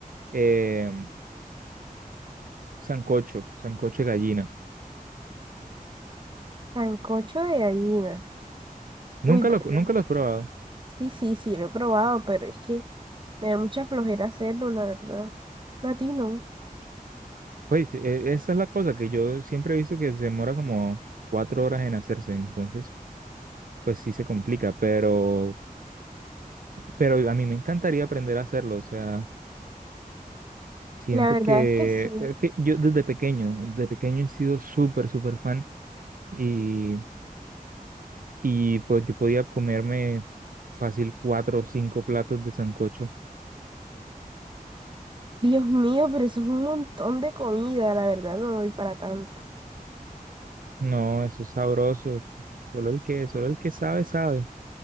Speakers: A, on the right; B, on the right.
A: eh, sancocho, sancocho de gallina.
B: Sancocho de gallina.
A: Nunca
B: Uy, pero
A: lo,
B: eh,
A: nunca lo he probado.
B: sí, sí, sí, lo he probado, pero es que me da mucha flojera hacerlo, la verdad. A ti no.
A: Pues eh, esa es la cosa que yo siempre he visto que se demora como cuatro horas en hacerse, entonces pues sí se complica, pero pero a mí me encantaría aprender a hacerlo, o sea. Siento
B: La verdad
A: que,
B: es que sí.
A: es que yo desde pequeño, desde pequeño he sido súper, súper fan y, y pues yo podía comerme fácil cuatro o cinco platos de sancocho.
B: Dios mío, pero eso es un montón de comida, la verdad, no doy para tanto.
A: No, eso es sabroso. Solo el que, solo el que sabe, sabe.